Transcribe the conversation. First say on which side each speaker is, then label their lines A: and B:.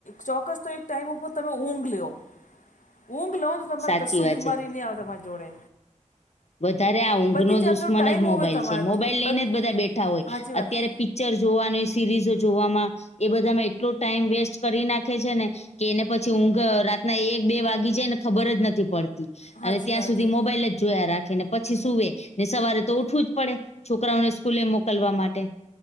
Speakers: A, on the left; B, on the left.
A: ચોક્કસ તો એક ટાઈમ ઉપર તમે ઊંઘ લેવ ઊંઘ લોઉ ને તમારે
B: સાચી
A: કશું
B: વાત
A: બીમારી
B: છે
A: નહીં આવે તમારા જોડે
B: વધારે આ ઊંઘ
A: બધી
B: નો
A: જાતનો
B: દુશ્મન
A: ટાઈમ
B: જ મોબાઈલ
A: હોવે તમારે
B: છે મોબાઈલ લઈને
A: બ
B: જ બધા બેઠા હોય
A: સાચી
B: અત્યારે
A: વાત
B: પી ક્ચર જોવાનુંય સિરીઝો જોવામાં એ બધામાં એટલો ટાઈમ વેસ્ટ કરી નાખે છે ને કે એને પછી ઊંઘ રાતના એક બે વાગી જાય ને ખબર જ નથી પડત
A: સાચી
B: અને ત્યાં
A: વાત
B: સુધી
A: હે
B: મોબાઈલ જ જોયા રાખે ને પછી સુવે ને સવારે તો ઉઠવું જ પડે છોકરાઓને સ્કૂલે મોકલવા માટે